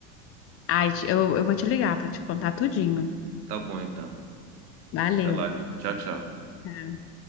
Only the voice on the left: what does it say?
Ai, eu, eu vou te ligar para te contar tudinho.
Valeu.
Tá.